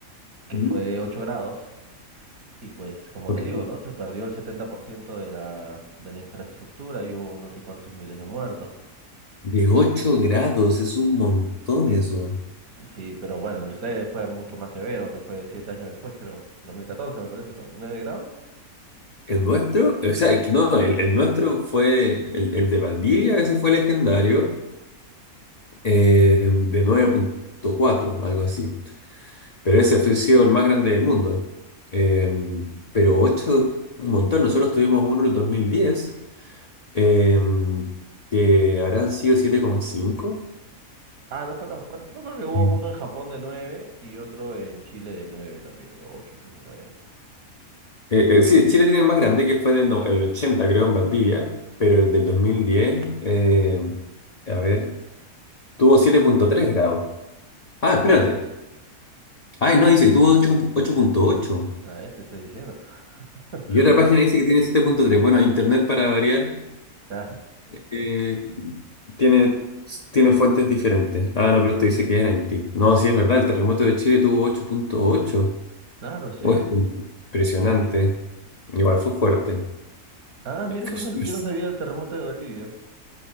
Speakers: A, on the right; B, on the left.
A: que
B: Mm.
A: fue de 8 grados. Y pues, como
B: Ok.
A: te digo, ¿no? Se perdió el 70% de la, de la infraestructura y hubo no sé cuántos miles de muertos.
B: De ocho grados, es un montón eso.
A: Sí, pero bueno, el sé fue mucho más severo, que fue siete años después, creo. dos mil catorce me parece, ¿no? nueve grados?
B: ¿El nuestro? O sea, es que no, el, el nuestro fue el, el de Valdivia, ese fue legendario. eh, de nueve punto cuatro algo así. Pero ese fue sido el más grande del mundo. Eh, pero ocho un montón. Nosotros tuvimos uno en el 2010, eh, que habrán sido 7,5.
A: Ah, no fue tan fuerte. Yo creo que hubo
B: Mm.
A: uno en Japón de nueve y otro en Chile de 9 también, o ocho punto nueve
B: Eh, eh, sí, Chile tiene el más grande, que fue en el, no- el 80, creo, en Valdivia, pero el del 2010, eh, a ver, tuvo siete punto tres grados. Ah, espérate. Ay, no, dice que tuvo ocho ocho punto ocho
A: Ah, este estoy diciendo. <laughs>
B: Y otra página dice que tiene siete punto tres Bueno, internet para variar.
A: Ah,
B: Eh, tiene, tiene fuentes diferentes. Ah, no, pero esto dice que es en Haití. No, sí es verdad, el terremoto de Chile tuvo ocho punto ocho.
A: claro, sí.
B: Oh, esto es impresionante. Igual fue fuerte.
A: Ah, mira,
B: Es
A: yo no,
B: que-
A: yo no sabía del terremoto de Bolivia.